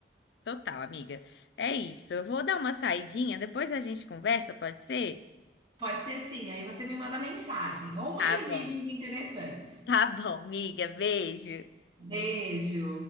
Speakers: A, on the left (about 65°); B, on the right (about 25°).
A: total, amiga. É isso. Eu vou dar uma saidinha, depois a gente conversa, pode ser?
B: Pode ser sim, aí você me manda mensagem ou mais
A: Tá bom.
B: vídeos interessantes.
A: Tá bom, amiga. Beijo.
B: Beijo!